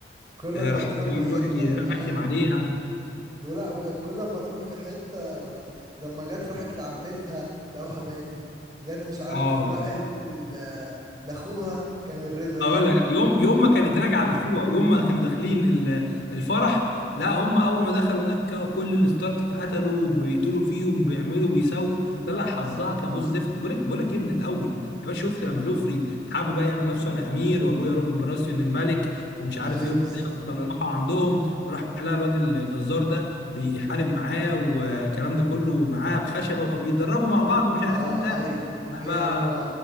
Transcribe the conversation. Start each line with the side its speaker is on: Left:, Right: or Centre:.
Right: كل
Left: آه،
Right: ما
Left: راح
Right: تروح
Left: يروح
Right: حته
Left: يرخم
Right: اه
Left: عليها
Right: ولا وكانت كل ما تروح لحته لما جت راحت لعمتها لقوها ماتت جت مش عارف
Left: اه
Right: راحت ل- لاخوها كان الريد ويدنج
Left: اقول لك يوم يوم ما كانت راجعه على اخوها يوم ما كانوا داخلين ال- الفرح لا هم اول ما دخلوا هناك كل الستارك اتقتلوا بيقتلوا فيهم بيعملوا بيسووا لا لا حظها كان بص زفت بقول لك بقول لك ايه من الاول يا باشا شفت لما جوفري حابب بقى يعمل نفسه انا امير وابويا روبرت براسيون الملك ومش عارف
Right: ايوه
Left: ايه وبتاع
Right: بالظبط
Left: كانوا راحوا عندهم وراح لقى الواد الجزار ده بيحارب معاه والكلام ده كله معاه بخشبه وبيتدربوا مع بعض ومش عارف
Right: اه
Left: ايه وبتاع
Right: ايوه جه
Left: راح بقى
Right: هو